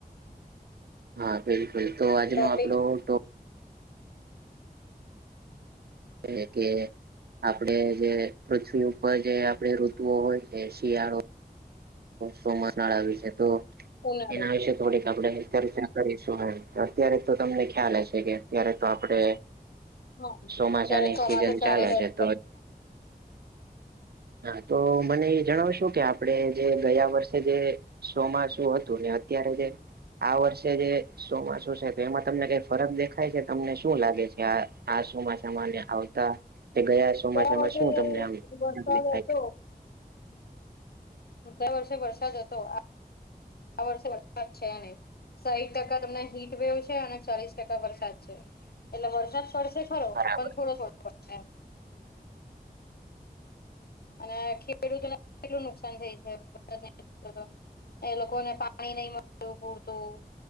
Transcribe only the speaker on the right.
હા બિલકુલ તો આજનો
આપડો ટો એ કે આપડે જે પૃથ્વી ઉપર જે આપણે રૂત ઋતુઓ હોય છે શિયાળો સોમનાળા વિશે તો
એના વિશે થોડીક આપડે એમ ચર્ચા કરીશું હહ અત્યારે તો તમને ખ્યાલ હશે કે અત્યારે તો આપડે
ચોમાસાની
સિઝન
ચાલે
છે તો. હા તો મને એ જણાવશો કે આપણે જે ગયા વર્ષે જે શો માં શું હતું ને અત્યારે જે આ વર્ષે જે સોમાસું છે તો એમાં તમને કઈ ફરક દેખાય છે તમને શું લાગે છે આ આ ચોમાસામાંને આવતા ગયા ચોમાસામાં
શું તમને આમકલીફ
થાય?
બરાબર